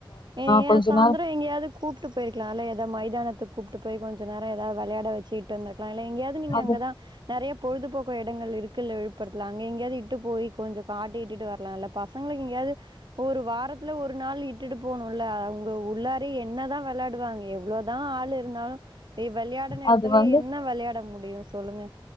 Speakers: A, on the right; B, on the left.
A: ஏ ஏன்
B: கொஞ்ச
A: சாந்தரோ
B: நாள்
A: எங்க்யாது கூப்ட்டு போய்ர்க்லால எதா மைதானத்து கூப்ட்டு போய் கொஞ்ச நேரோ ஏதாது வெளயாட வச்சிட்டு வந்திர்க்கலால எங்க்யாது நீங்க
B: அது
A: அங்கதா நெறைய பொழுதுபோக்கு எடங்கள் இருக்குல்ல விழுப்புரத்துல அங்க எங்யாது இட்டு போய் கொஞ்சோ காட்டி இட்டிட்டு வ க்லால பசங்கிளுக்கு எங்யாது ஒரு வாரத்துல ஒரு நாள் இட்டுட்டு போணுல அவ்ங்க உள்ளாரே என்னதா வெளாடுவாங்க எவ்ளோ தா ஆள் இருந்தாலு எ வெளையாடுன
B: அது
A: எடத்துலே
B: வந்து
A: என்ன வெளையாட முடியு சொல்லுங்க